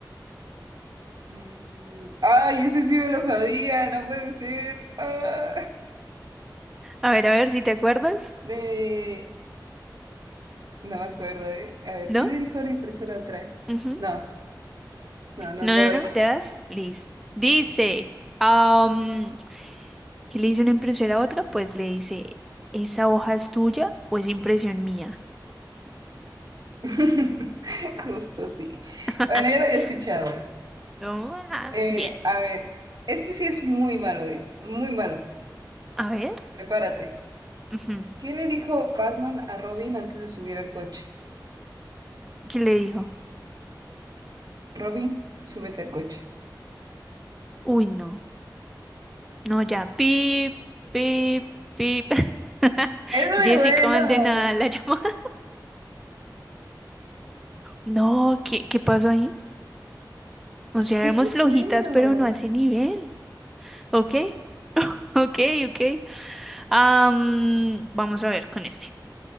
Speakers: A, on the right; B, in the centre.
A: Mm, ay, ese sí me lo sabía, no puede ser. Ah,
B: A ver, a ver si te acuerdas.
A: de... No me acuerdo, ¿eh? A ver,
B: ¿No?
A: ¿qué le dijo la impresora otra?
B: Ujú.
A: No, no, no,
B: No,
A: me
B: no,
A: doy.
B: no, te das. Listo. Dice, am, ¿qué le dice una impresora a otra? Pues le dice, ¿esa hoja es tuya o es impresión mía?
A: <laughs> Justo, sí.
B: <laughs>
A: Bueno, ya lo había escuchado.
B: Toma.
A: Eh,
B: Bien.
A: a ver, este sí es muy malo, ¿eh? Muy malo.
B: A ver.
A: Prepárate.
B: ujú.
A: ¿Qué le dijo Batman a Robin antes de subir al coche?
B: ¿Qué le dijo?
A: Robin, súbete al coche.
B: Uy, no. No, ya. Pip, pip, pip. <laughs>
A: Es muy
B: Jessica,
A: bueno,
B: manden a la <laughs> llamada. No, ¿qué, qué pasó ahí? O sea,
A: es
B: éramos
A: muy
B: flojitas,
A: bueno.
B: pero no a ese nivel. Ok, ok, ok. Am, vamos a ver con este.